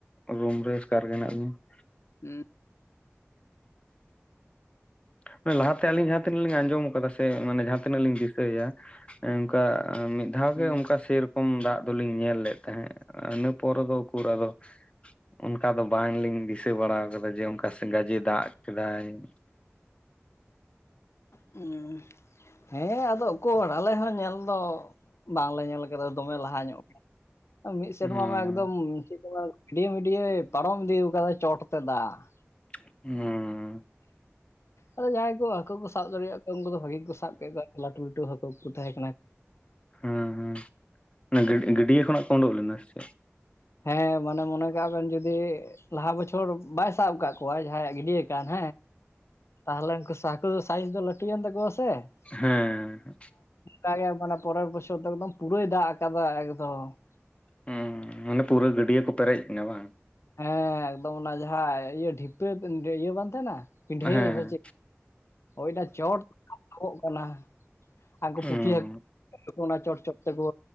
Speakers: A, on the left; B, on the left.
A: ᱨᱩᱢ ᱨᱮ ᱮᱥᱠᱟᱨ ᱜᱮ ᱦᱮᱱᱟᱜ ᱞᱤᱧᱟ ᱾
B: ᱦᱩᱸ ᱾
A: ᱢᱟᱱᱮ ᱞᱟᱦᱟ ᱛᱮ ᱟᱞᱤᱧ ᱡᱟᱦᱟᱸ ᱛᱤᱱᱟᱹᱜ ᱞᱤᱧ ᱟᱸᱡᱚᱢ ᱟᱠᱟᱫᱟ ᱥᱮ ᱢᱟᱱᱮ ᱡᱟᱦᱟᱸ ᱛᱤᱱᱟᱹᱜ ᱞᱤᱧ ᱫᱤᱥᱟᱹᱭᱟ ᱚᱱᱠᱟ ᱢᱤᱫ ᱫᱷᱟᱣ
B: ᱦᱩᱸ
A: ᱜᱮ ᱚᱱᱠᱟ ᱥᱮᱨᱚᱠᱚᱢ ᱫᱟᱜ ᱫᱚᱞᱤᱧ ᱧᱮᱞ ᱞᱮᱫ ᱛᱟᱦᱮᱸᱫ ᱤᱱᱟᱹ ᱯᱚᱨᱮ ᱫᱚ ᱩᱠᱩᱨ ᱟᱫᱚ ᱚᱱᱠᱟ ᱫᱚ ᱵᱟᱝᱞᱤᱧ ᱫᱤᱥᱟᱹ ᱵᱟᱲᱟ ᱟᱫᱟ ᱡᱮ ᱚᱱᱠᱟ ᱥᱮ ᱜᱟᱡᱮ ᱫᱟᱜ ᱠᱮᱫᱟᱭ ᱾
B: ᱩᱸ, ᱦᱮᱸ ᱟᱫᱚ ᱚᱠᱚᱨ ᱟᱞᱮ ᱦᱚᱸ ᱧᱮᱞ ᱫᱚ ᱵᱟᱝᱞᱮ ᱧᱮᱞ ᱠᱟᱫᱟ ᱫᱚᱢᱮ ᱞᱟᱦᱟ ᱧᱚᱜ ᱜᱮ, ᱢᱤᱫ ᱥᱮᱨᱢᱟ
A: ᱦᱩᱸ
B: ᱢᱟ ᱮᱠᱫᱚᱢ ᱪᱮᱫ <unintelligible> ᱜᱟᱹᱰᱭᱟᱹ ᱢᱤᱰᱭᱟᱹᱭ ᱯᱟᱨᱚᱢ ᱤᱫᱤ ᱟᱠᱟᱫᱟ ᱪᱚᱴ ᱛᱮ ᱫᱟᱜ ᱾
A: ᱦᱩᱸ ᱾
B: ᱟᱫᱚ ᱡᱟᱦᱟᱸᱭ ᱠᱚ ᱦᱟᱹᱠᱩ ᱠᱩ ᱥᱟᱵ ᱫᱟᱲᱮᱭᱟᱜ ᱠᱚᱣᱟ ᱩᱱᱠᱩ ᱫᱚ ᱵᱷᱟᱹᱜᱤ ᱠᱚ ᱥᱟᱵ ᱠᱮᱫ ᱠᱚᱣᱟ ᱞᱟᱹᱴᱩ ᱞᱟᱹᱴᱩ ᱦᱟᱹᱠᱩ ᱠᱚ ᱛᱟᱦᱮᱸ ᱠᱟᱱᱟ ᱾
A: ᱦᱩᱸ ᱦᱩᱸ ᱚᱱᱟ ᱜᱟᱹᱰ ᱜᱟᱹᱰᱭᱟᱹ ᱠᱷᱚᱱᱟᱜ ᱠᱚ ᱩᱰᱩᱠ ᱞᱮᱱᱟ ᱥᱮ ᱪᱮᱫ?
B: ᱦᱮᱸ ᱢᱟᱱᱮ ᱢᱚᱱᱮ ᱠᱟᱜ ᱵᱮᱱ ᱡᱩᱫᱤ ᱞᱟᱦᱟ ᱵᱚᱪᱷᱚᱨ ᱵᱟᱭ ᱥᱟᱵ ᱟᱠᱟᱫ ᱠᱚᱣᱟᱭ ᱡᱟᱦᱟᱸᱭᱟᱜ ᱜᱟᱹᱰᱤᱭᱟᱹ ᱠᱟᱱ ᱦᱮᱸ, ᱛᱟᱦᱚᱞᱮ ᱩᱱᱠᱩ ᱦᱟᱹᱠᱩ ᱫᱚ ᱥᱟᱭᱤᱡ ᱫᱚ ᱞᱟᱹᱴᱩᱭᱮᱱ ᱛᱟᱠᱚᱣᱟ ᱥᱮ ᱾
A: ᱦᱮᱸ ᱾
B: ᱚᱱᱠᱟ ᱜᱮ ᱢᱟᱱᱮ ᱯᱚᱨᱮᱨ ᱵᱚᱪᱷᱚᱨ ᱫᱚ ᱮᱠᱫᱚᱢ ᱯᱩᱨᱟᱹᱭ ᱫᱟᱜ ᱟᱠᱟᱫᱟ ᱮᱠᱫᱚᱢ ᱾
A: ᱦᱩᱸ ᱢᱟᱱᱮ ᱯᱩᱨᱟᱹ ᱜᱟᱹᱰᱭᱟᱹ ᱠᱚ ᱯᱮᱨᱮᱡ ᱮᱱᱟ ᱵᱟᱝ?
B: ᱦᱮᱸ ᱮᱠᱫᱚᱢ ᱚᱱᱟ ᱡᱟᱦᱟᱸ ᱤᱭᱟᱹ ᱰᱷᱤᱯᱟᱹ ᱤᱭᱟᱹ ᱵᱟᱝ ᱛᱟᱦᱮᱸᱱᱟ ᱯᱤᱰᱷᱟᱹ
A: ᱦᱮᱸ
B: ᱥᱮ
A: ᱦᱮᱸ
B: ᱪᱮᱜ, ᱦᱳᱭ ᱚᱱᱟ ᱪᱚᱴ ᱠᱚᱜ ᱠᱟᱱᱟ, ᱟᱨ ᱩᱱᱠᱩ
A: ᱦᱩᱸ
B: ᱯᱩᱴᱷᱤ ᱦᱟᱹᱠ ᱚᱱᱟ ᱪᱚᱴ ᱪᱚᱴ ᱛᱮᱠᱚ